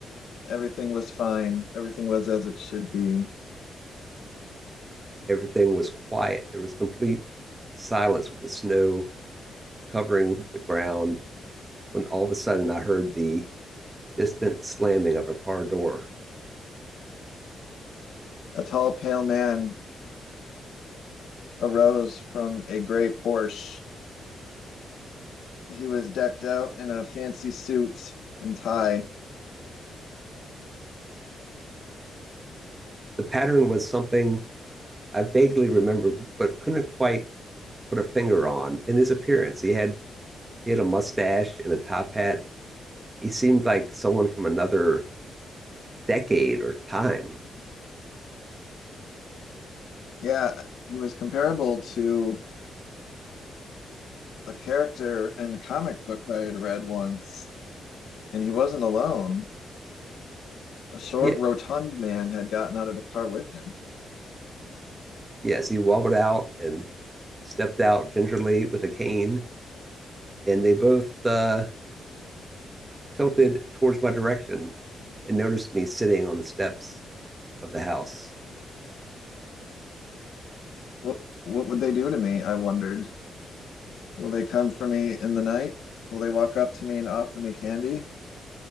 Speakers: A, on the left; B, on the right.
A: Everything was fine. Everything was as it should be.
B: Everything was quiet. There was complete silence with the snow covering the ground when all of a sudden I heard the distant slamming of a car door.
A: A tall, pale man arose from a gray Porsche. He was decked out in a fancy suit and tie.
B: The pattern was something I vaguely remembered, but couldn't quite put a finger on. In his appearance, he had He had a mustache and a top hat. He seemed like someone from another decade or time.
A: Yeah, he was comparable to a character in the comic book I had read once, and he wasn't alone. A short,
B: Yeah,
A: rotund man had gotten out of the car with him.
B: yes, he wobbled out and stepped out gingerly with a cane, and they both uh, tilted towards my direction and noticed me sitting on the steps of the house.
A: What what would they do to me? I wondered. Will they come for me in the night? Will they walk up to me and offer me candy?